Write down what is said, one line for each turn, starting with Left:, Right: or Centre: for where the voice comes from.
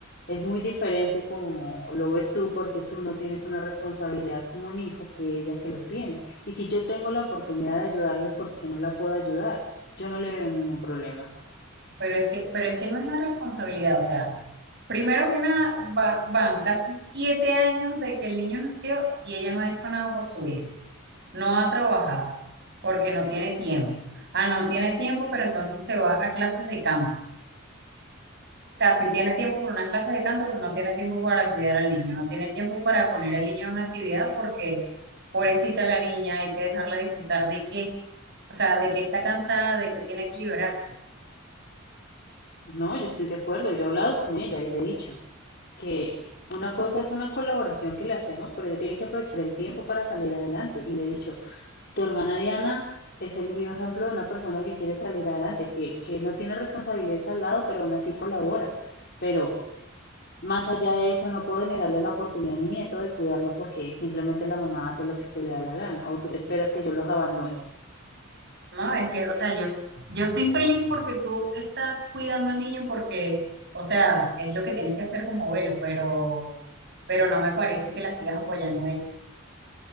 Left: Es muy diferente como lo ves tú porque tú no tienes una responsabilidad como un hijo que ella que lo tiene. Y si yo tengo la oportunidad de ayudarle, ¿por qué no la puedo ayudar? Yo no le veo ningún problema.
Right: Pero es que, pero es que no es la responsabilidad, o sea, primero que nada, va- van casi siete años de que el niño nació y ella no ha hecho nada por su vida, no ha trabajado, porque no tiene tiempo. Ah, no tiene tiempo, pero entonces se va a clases de canto. O sea, si tiene tiempo por unas clases de canto, pero no tiene tiempo para cuidar al niño, no tiene tiempo para poner al niño en una actividad porque pobrecita la niña, hay que dejarla disfrutar de que, o sea, de que está cansada, de que tiene que liberarse.
Left: No, yo estoy de acuerdo. Yo he hablado con ella y le he dicho que una cosa es una colaboración que le hacemos, pero ella tiene que aprovechar el tiempo para salir adelante. Y le he dicho, tu hermana Diana es el vivo ejemplo de una persona que quiere salir adelante, que, que no tiene responsabilidades al lado, pero aún así colabora. Pero Más allá de eso, no puedo negarle la oportunidad a mi nieto de cuidarlo porque simplemente la mamá hace lo que se le da la gana o tú esperas que yo los abandone.
Right: No, es que, o sea, yo, yo estoy feliz porque tú estás cuidando al niño porque, o sea, es lo que tienes que hacer como abuelo, pero, pero no me parece que la sigas apoyando a ella.